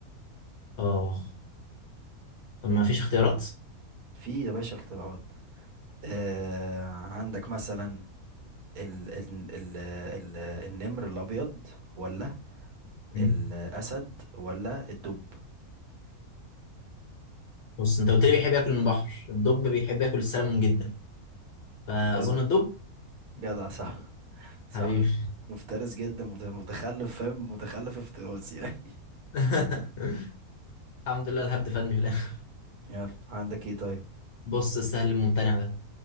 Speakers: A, on the left; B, on the right.
A: آه طب ما فيش اختيارات؟
B: في يا باشا اختراعات آه عندك مثلا ال ال ال ال النمر الابيض ولا
A: مم.
B: الاسد ولا الدب
A: بص أنت قلت لي بيحب ياكل من البحر الدب بيحب ياكل السلمون جدا فأظن
B: جدع
A: الدب
B: جدع صح صح
A: حبيبي
B: مفترس جدا مت- متخلف فاهم متخلف افتراس يعني <laughs>
A: <laughs> الحمد لله الهبد فادني في الآخر
B: يلا عندك ايه طيب
A: بص السهل الممتنع ده